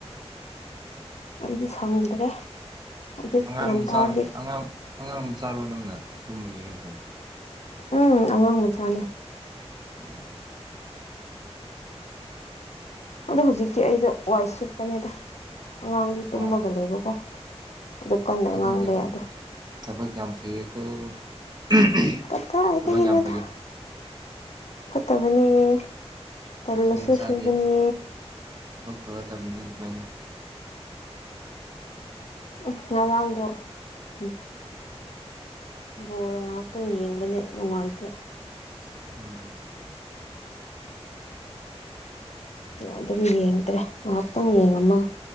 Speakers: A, on the left; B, on the right.
A: ꯑꯩꯗꯤ ꯁꯪꯗ꯭ꯔꯦ ꯑꯩꯌꯨꯛ
B: ꯑꯉꯥꯡ
A: ꯉꯟꯇꯥꯗꯤ꯫
B: ꯃꯆꯥ ꯑꯉꯥꯡ ꯑꯉꯥꯡ ꯑꯃ ꯆꯥꯔꯣ ꯅꯪꯅ ꯇꯨꯝꯔꯤ ꯍꯥꯏꯕꯗꯣ
A: ꯎꯝ ꯑꯉꯥꯡ ꯃꯆꯥꯅꯦ꯫
B: ꯑꯣ
A: ꯑꯗꯣ ꯍꯧꯖꯤꯛꯇꯤ ꯑꯩꯗꯣ ꯋꯥꯏ ꯁꯤꯠꯄꯅꯦꯗ ꯑꯉꯥꯡꯗꯤ ꯇꯨꯝꯃꯒ
B: ꯑꯣ
A: ꯂꯩꯕꯀꯣ꯫ ꯑꯗꯨ ꯀꯟꯅ
B: ꯊꯕꯛ
A: ꯉꯥꯡꯕ
B: ꯌꯥꯝ
A: ꯌꯥꯗꯦ
B: ꯊꯕꯛ ꯌꯥꯝ ꯐꯌꯦꯀꯣ꯫ <unintelligible>
A: ꯀꯗꯥꯏꯗꯒꯤꯅꯣꯗ
B: ꯊꯕꯛ ꯌꯥꯝ ꯐꯩꯌꯦ꯫
A: ꯐꯠꯇꯕꯅꯦ꯫ ꯇꯜꯂꯁꯨ
B: ꯅꯨꯄꯤ ꯃꯆꯥꯗꯤ
A: ꯁꯨꯕꯅꯦ
B: ꯊꯕꯛ ꯐꯒꯗꯕꯅꯤ ꯑꯗꯨꯃꯥꯏꯅ꯫
A: ꯎꯝ ꯉꯔꯥꯡꯗꯣ ꯎꯝ ꯕꯣꯜ ꯉꯍꯥꯛꯇꯪ ꯌꯦꯡꯕꯅꯦ ꯅꯨꯡꯉꯥꯏꯇꯦ꯫
B: ꯎꯝ꯫
A: ꯑꯗꯨꯝ ꯌꯦꯡꯗ꯭ꯔꯦ ꯉꯥꯏꯍꯥꯛꯇꯪ ꯌꯦꯡꯉꯝꯃꯒ꯫